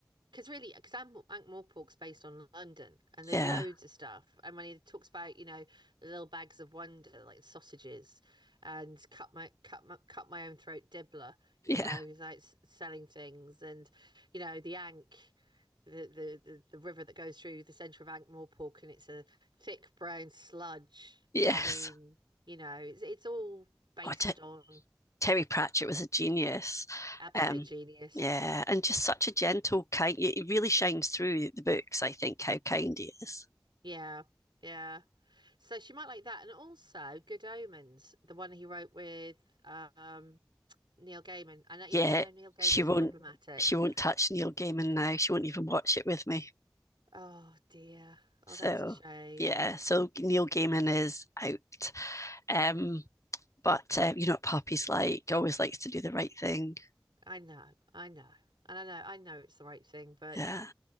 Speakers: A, on the right; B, on the left.
A: because really, because Ankh-Morpork's based on London, and there's
B: Yeah,
A: loads of stuff. And when he talks about, you know, the little bags of wonder, like sausages, and cut my cut my cut my own throat dibbler, you
B: <laughs> yeah,
A: know, he's like selling things, and you know, the Ankh, the the the, the river that goes through the centre of Ankh-Morpork, and it's a thick brown sludge.
B: yes.
A: I mean, you know, it's it's all based
B: Oh, I, d-
A: on
B: Terry Pratchett was a genius.
A: absolute
B: Um,
A: genius.
B: yeah, and just such a gentle, kind. It really shines through the books. I think how kind he is.
A: Yeah, yeah. So she might like that. And also Good Omens, the one he wrote with um Neil Gaiman. And uh, yes,
B: Yeah,
A: I know Neil Gaiman's
B: she won't.
A: problematic.
B: She won't touch Neil Gaiman now. She won't even watch it with me.
A: Oh dear. Oh,
B: So
A: that's a shame.
B: yeah, so Neil Gaiman is out. Um, but uh, you know what Poppy's like. Always likes to do the right thing.
A: I know, I know. And I know I know it's the right thing, but
B: Yeah.